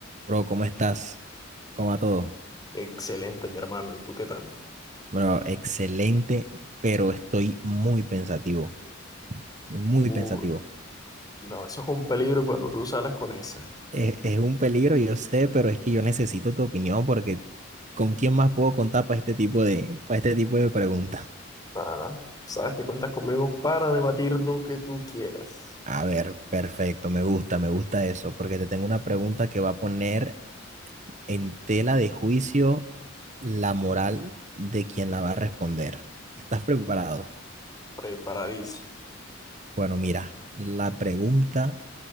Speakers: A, on the right (about 40°); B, on the left (about 20°).
A: Bro, ¿cómo estás? ¿Cómo va todo?
B: Excelente, mi hermano. ¿Y tú qué tal?
A: Bro, excelente, pero estoy muy pensativo, muy
B: Uy,
A: pensativo.
B: no, eso es un peligro cuando tú sales con esa.
A: Es, es un peligro, yo sé, pero es que yo necesito tu opinión porque ¿con quién más puedo contar para este tipo de, para este tipo de preguntas?
B: Para, sabes que cuentas conmigo para debatir lo que tú quieras.
A: A ver, perfecto, me gusta, me gusta eso, porque te tengo una pregunta que va a poner en tela de juicio la moral de quien la va a responder. ¿Estás preparado?
B: Preparadísimo.
A: Bueno, mira, la pregunta